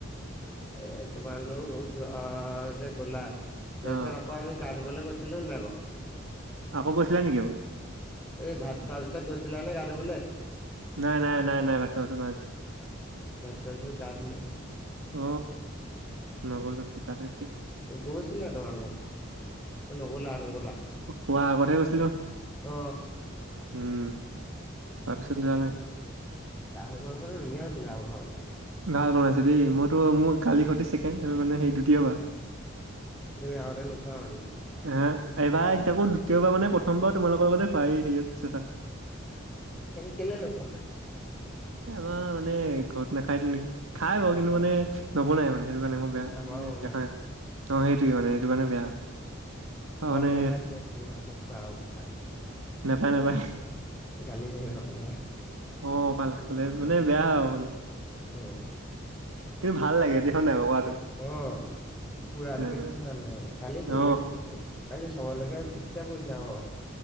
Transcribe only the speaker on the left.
এ তোমাৰলোক যে গ'লা। তাৰ
পিছত আকৌ আমি গা ধুবলৈ গৈ চিলো নাই বাও?
এই ভাত খোৱা পিছত গৈছিলা নে গা ধুবলে?
ভাত খোৱা পিচত গা ধুলো।
গৈছিলা তোমাৰ অলপ। নগলা নগলা।
অ।
গাহৰি মাংসটো ধুনীয়া হৈছিলে আকৌ খাবলে।
এ আগতে নোখোৱা মানে।
কেলে নোপোৱা?
আমাৰ
আমাৰো
নাখায়
গম
নাপাই চাগে তুমি সিহঁতক খোৱা কথা।
গালি বিহিব পালে।
উম।
অ পুৰাটো বেছি
ভাল লাগে। কালি কি
বুলে কালি চাব লাগে ঠিকছে বইছা অ।